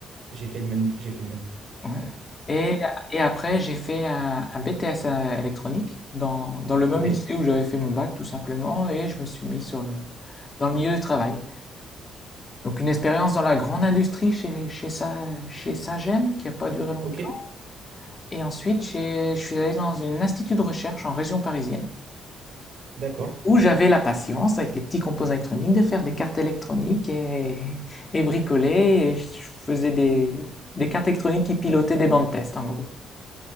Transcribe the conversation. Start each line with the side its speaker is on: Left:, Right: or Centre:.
Right: J'ai fait le même, j'ai fait le même.
Left: Ouais. Et, et après, j'ai fait un, un BTS à- électronique dans, dans le même
Right: Ok,
Left: lycée où j'avais fait mon bac, tout simplement, et je me suis mis sur le, dans le milieu du travail. Donc une expérience dans la grande industrie chez, chez, Sa- chez Sagem, qui n'a pas duré longtemps.
Right: ok,
Left: Et ensuite, j'ai- je suis allé dans un institut de recherche en région parisienne,
Right: d'accord.
Left: où j'avais la patience, avec les petits composants électroniques, de faire des cartes électroniques et, et bricoler. Et je faisais des, des cartes électroniques qui pilotaient des bancs de test, en gros.